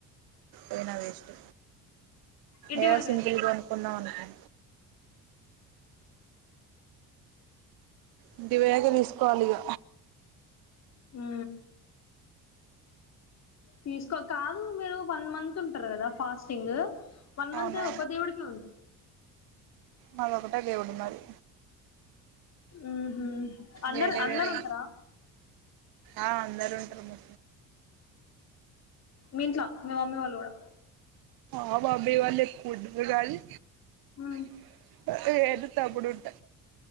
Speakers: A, on the right; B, on the left.
A: అయినా వేస్ట్
B: ఇంటి
A: ఏవో
B: వెనక
A: సింపుల్
B: తీసుకో
A: గా కొనుకున్నాను అ ఇంటి వేగ తీసుకోవాలి ఇక
B: ఆ తీసుకో కాదు మీరు వన్ మంత్ ఉంటారు కదా ఫాస్టింగ్ పన మనంత
A: అవును
B: ఒక దవుడుకిది
A: మళొ ఒకట దేవుడు మది
B: ఆహ అందరు
A: వేరే
B: అందరు
A: వేరే
B: ఉంటారా
A: ఆ అందరూ ఉంటారు ము
B: మీంట్లా మీ మమ్మీ వాళ్ళ కూడా
A: హా బాబేయ్ వాళ్ళే కుడ్ గూడాలి
B: మ్.
A: <inaudible> తప్పుడిట్ట